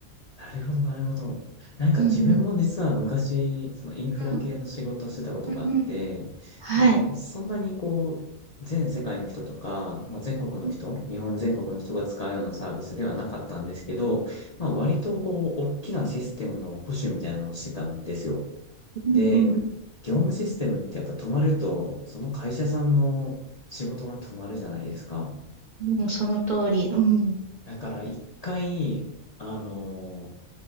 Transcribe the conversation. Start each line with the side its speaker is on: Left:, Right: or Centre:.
Left: なるほど、なるほど。なんか自分も実は昔、
Right: うんう
Left: そのインフラ系の仕事をしてたことがあって、
Right: ん。うんうん。はい。
Left: で、そんなにこう、全世界の人とか、まあ、全国の人、
Right: うん
Left: 日本全国の人が使うようなサービスではなかったんですけど、まあ割とこう、大きなシステムの保守みたいなのをしてたんですよ。
Right: うんうんう
Left: で、業務システムってやっぱ止まると、その会社さんの仕事が止まるじゃないですか。
Right: ん、うんその通り。うん。
Left: だから一回、あの